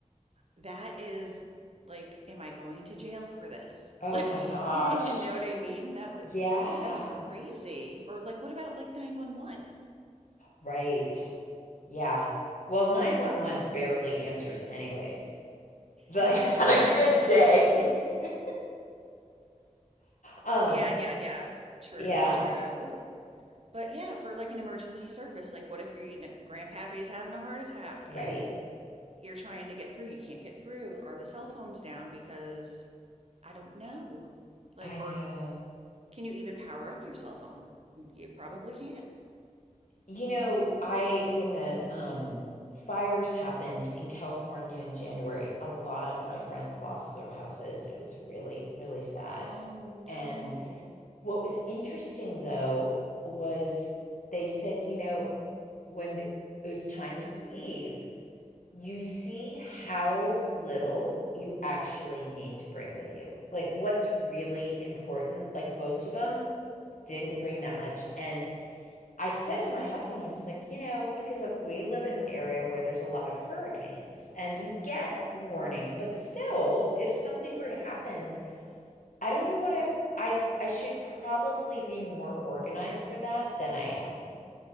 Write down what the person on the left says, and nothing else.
oh
my gosh.
Yeah.
Right. Yeah. Well, 911 barely answers anyways. like
<laughs> on a good day. <laughs> Um,
yeah,
right.
I know.
You know, I when the um fires happened in California in January, a lot of my friends lost their houses. It was really, really sad.
And what was interesting though was they said, you know, when it was time to leave, you see how little you actually need to bring with you. Like what's really important, like most of them didn't bring that much. And I said to my husband, I was like, you know, because we live in an area where there's a lot of hurricanes and
you get warning, but still, if something were to happen, I don't know what I I I should probably be more organized for that than I am.